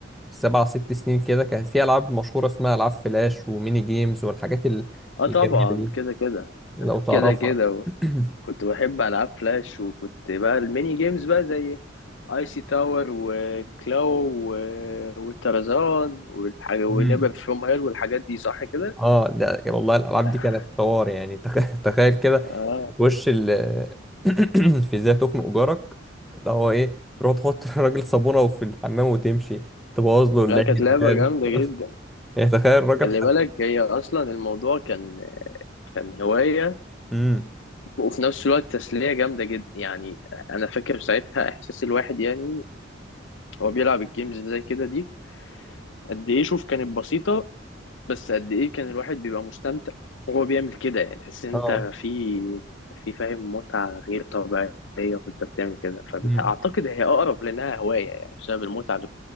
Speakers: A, in the centre; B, on the left.
A: سبع ست سنين كده كان في العاب مشهوره اسمها العاب فلاش وميني جيمز والحاجات ال-
B: اه طبعا
A: الجميله دي
B: كده كده
A: لو تعرفها
B: كده كده
A: <clears throat>
B: كنت بحب العاب فلاش وكنت بقى الميني جيمز بقى زي اي سي تاور وكلاو و... والترزان والحاجه ونيبر
A: مم.
B: فروم هيل والحاجات دي صح كده
A: اه ده والله الالعاب
B: <laughs>
A: دي كانت حوار يعني تخ- <laughs> تخيل كده
B: اه
A: تخش ال <clears throat> في ازاي تخنق جارك اللي هو ايه تروح تحط <laughs> الراجل صابونه وفي الحمام وتمشي تبوظ له العيد
B: لا كانت لعبه
A: الميلاد
B: جامده جدا
A: يعني تخيل الراجل
B: خلي
A: حزين
B: بالك هي اصلا الموضوع كان كان هوايه
A: امم
B: وفي نفس الوقت تسليه جامده جدا يعني انا فاكر ساعتها احساس الواحد يعني هو بيلعب الجيمز زي كده دي قد ايه شوف كانت بسيطه بس قد ايه كان الواحد بيبقى مستمتع وهو بيعمل كده يعني تحس ان
A: اه
B: انت في في فاهم متعة غير طبيعية وانت بتعمل كده
A: مم.
B: فاعتقد هي اقرب لانها هواية يعني بسبب المتعة اللي